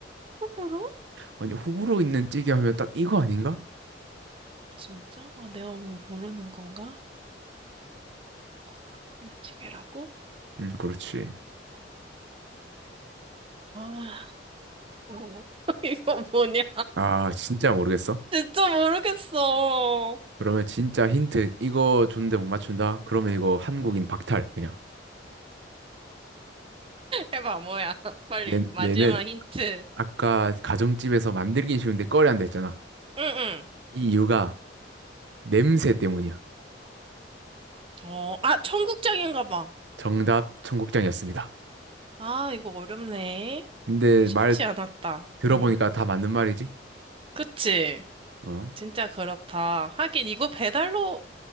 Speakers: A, on the right; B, on the right.
A: 호불호?
B: 아니, 호불호 있는 찌개 하면 딱 이거 아닌가?
A: 진짜? 아, 내가 뭐 모르는 건가? 호불호 있는 찌개라고?
B: 음, 그렇지.
A: 아, <laughs> 이거 뭐냐?
B: 아, 진짜 모르겠어.
A: 진짜 모르겠어.
B: 그러면 진짜 힌트, 이거 줬는데 못 맞춘다? 그러면 이거 한국인 박탈, 그냥.
A: 해봐, 뭐야. <laughs> 빨리,
B: 얘,
A: 마지막
B: 얘는
A: 힌트.
B: 아까 가정집에서 만들긴 쉬운데 꺼려한다 했잖아.
A: 응,
B: 이 이유가 냄새 때문이야.
A: 응. 어, 아, 청국장인가 봐.
B: 정답 청국장이었습니다.
A: 아, 이거 어렵네.
B: 근데
A: 쉽지
B: 말
A: 않았다.
B: 들어보니까
A: 응.
B: 다 맞는 말이지.
A: 그치?
B: 어.
A: 진짜 그렇다. 하긴, 이거 배달로